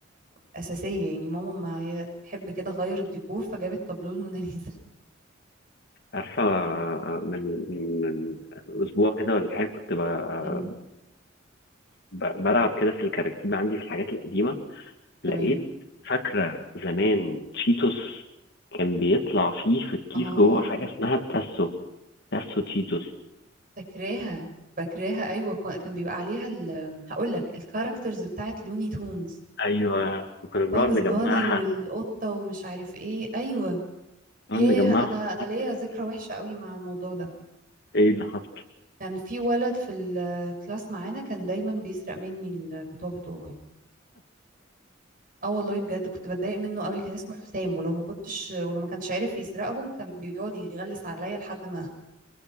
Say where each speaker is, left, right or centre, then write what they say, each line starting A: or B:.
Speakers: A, on the right (about 45°); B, on the left (about 60°).
A: اساسيه يعني ماما ما هي تحب كده غير الديكور فجابت تابلو الموناليزا <laughs>
B: عارفة من من أسبوع كده ولا حاجة كنت ب-
A: امم
B: ب- بلعب كده في الكراكيب عندي في الحاجات القديمة لقيت
A: تمام
B: فاكرة زمان تشيتوس كان بيطلع فيه في الكيس
A: اه
B: جوه حاجة اسمها التاسو تاسو تشيتوس
A: فاكراها فاكراها ايوه كان بيبقى عليها ال... هقول لك الكاركترز بتاعت لوني تونز
B: ايوه وكنا بنقعد
A: باجز
B: نجمعها
A: باني والقطة ومش عارف ايه ايوه
B: نقعد
A: ياه
B: نجمعها
A: انا انا
B: حتى
A: ليا
B: تيجي.
A: ذكرى وحشة قوي مع الموضوع ده
B: ايه اللي حصل
A: كان في ولد في الكلاس معانا كان دايما بيسرق مني البطاقة بتوعي اه والله بجد كنت بتضايق منه قوي كان اسمه حسام ولو ما كنتش ولو ما كانش عارف يسرقهم كان بيقعد يغلس عليا لحد ما